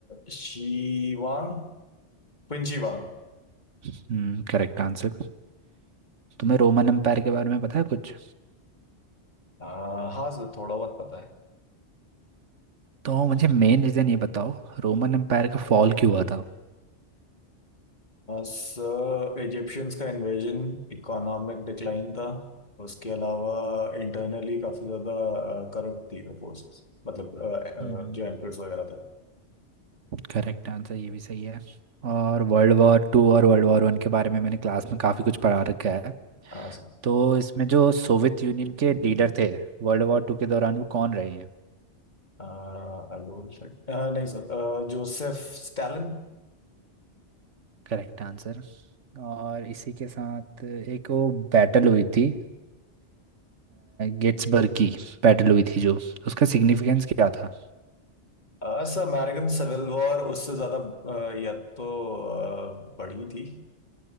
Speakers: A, on the left (about 40°); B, on the right (about 85°).
A: शीवांग पिंशीवांग
B: हम्म करेक्ट आंसर तुम्हें रोमन एम्पायर के बारे में पता है कुछ
A: हाँ सर थोड़ा बहुत पता है
B: तो मुझे मेन रीज़न ये बताओ रोमन एम्पायर का फॉल क्यों हुआ था
A: सर इजिप्शियंस का इन्वेजन इकोनॉमिक डिक्लाइन था उसके अलावा इंटरनली काफ़ी ज़्यादा करप्ट थी वो फोर्सेस मतलब अ,
B: हम्म
A: अ, जो एम्प्रेस वगैरह था
B: करेक्ट आंसर ये भी सही है और वर्ल्ड वॉर टू और वर्ल्ड वॉर वन के बारे में मैंने क्लास में काफ़ी कुछ पढ़ा रखा है
A: हाँ सर
B: तो इसमें जो सोवियत यूनियन के लीडर थे वर्ल्ड वॉर टू के दौरान वो कौन रहे हैं
A: अल्बोल नहीं सर अ, जोसेफ स्टालिन
B: Correct answer और इसी के साथ एक वो बैटल हुई थी गेट्सबर्ग की बैटल हुई थी जो उसका सिग्निफिकेंस क्या था
A: अ, सर अमेरिकन सिविल वॉर उससे ज़्यादा अ, या तो अ, बड़ी थी